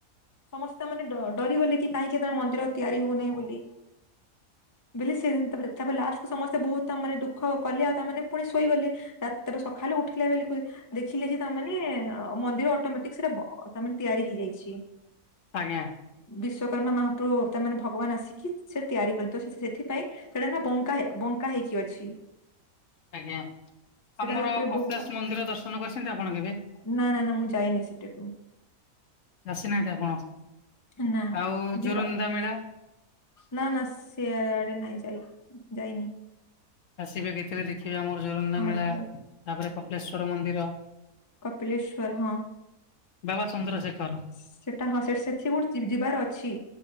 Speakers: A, on the left; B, on the left.
A: ସମସ୍ତେ ତା ମାନେ ଡରିଗଲେ କି କାହିଁକି ତା ମନ୍ଦିର ତିଆରି ହଉନାହିଁ ବୋଲି। ବେଲେ ସେ ତା ପରେ ତା ପରେ ଲାଷ୍ଟକୁ ସମସ୍ତେ ବହୁତ ତା ମାନେ ଦୁ ଖ କଲି ଆଉ ତାମାନେ ପୁଣି ଶୋଇଗଲି ରାତିରେ ସକାଳୁ ଉଠିଲା ବେଲକୁ ଉ ଦେଖିଲେ ଯେ ତାମାନେ ଅ ମନ୍ଦିର ଅଟୋମେଟିକ ସେଟା ଅ ତାମାନେ ତିଆରି ହେଇଯାଇଛି।
B: ଆଜ୍ଞା।
A: ବିଶ୍ଵକର୍ମା ମହାପୂରୁ ତାମାନେ ଭଗବାନ ଆସିକି ସେ ତିଆରି ତ ସେଥିପାଇଁ ସେଇଟା ନା ବଙ୍କା ବଙ୍କା ହେଇକି ଅଛି।
B: ଆଜ୍ଞା
A: ସେଟା
B: ଆମର
A: ଉପରେ
B: କପିଳାସ
A: ବହୁ
B: ମନ୍ଦିର ଦର୍ଶନ କରିଛନ୍ତି ଆପଣ କେବେ?
A: ନା ନା ନା ମୁଁ ଯାଇନି ସେଟି କୁ।
B: ଆସିନାହାନ୍ତି ଆପଣ
A: ନା
B: ଆଉ
A: ଯିବା
B: ଜୋରନ୍ଦା ମେଳା।
A: ନା ନା ସିଆଡେ ନାଇ ଯାଇ ଯାଇନି।
B: ଆସିବେ କେତେଵେଳେ ଦେଖିବେ ଆମର ଜୋରନ୍ଦା
A: ହଁ
B: ମେଳା
A: ଯିବା
B: ତାପରେ କପଳେଶ୍ଵର ମନ୍ଦିର।
A: କପିିଲଳେଶ୍ଵର ହଁ।
B: ବାବା ଚନ୍ଦ୍ରଶେଖର।
A: ସେଟା ହଁ ସେ ସେଥି ଗୁଡ ଯିବା ଯିବାର ଅଛି।